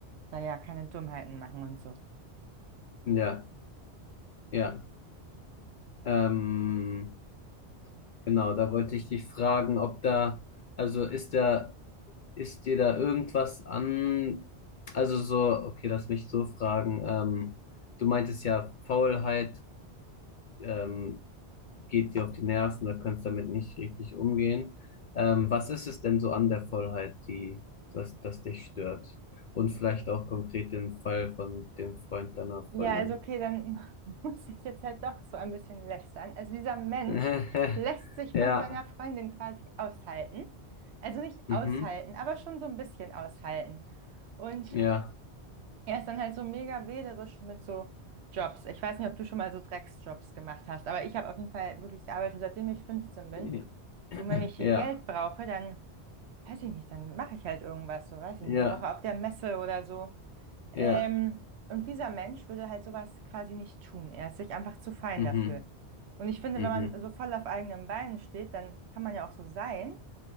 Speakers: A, on the right; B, on the left.
A: da ja keine Dummheiten machen und so.
B: ja, ja, ähm, Genau, da wollte ich dich fragen, ob da, also ist da, ist dir da irgendwas an, also so, okay, lass mich so fragen, ähm, du meintest ja, Faulheit, ähm, geht dir auf die Nerven, da kannst damit nicht richtig umgehen. Ähm, was ist es denn so an der Faulheit, die, das, das dich stört? Und vielleicht auch konkret im Fall von dem Freund deiner
A: Ja,
B: Freundin.
A: also okay, dann <laughs> muss ich jetzt halt doch so ein bisschen lästern. Also dieser Mensch
B: <laughs>
A: lässt sich
B: Ja,
A: von seiner Freundin quasi aushalten. Also nicht
B: mhm,
A: aushalten, aber schon so ein bisschen aushalten. Und
B: ja,
A: er ist dann halt so mega wählerisch mit so Jobs. Ich weiß nicht, ob du schon mal so Drecksjobs gemacht hast, aber ich habe auf jeden Fall wirklich gearbeitet, seitdem ich 15 bin.
B: ja,
A: Und wenn ich
B: ja.
A: Geld brauche, dann weiß ich nicht, dann mache ich halt irgendwas, so weiß
B: ja.
A: ich nicht, eine Woche auf der Messe oder so. Ähm,
B: Ja,
A: und dieser Mensch würde halt sowas quasi nicht tun. Er ist sich einfach zu fein
B: mhm,
A: dafür. Und ich finde,
B: mhm,
A: wenn man so voll auf eigenen Beinen steht, dann kann man ja auch so sein.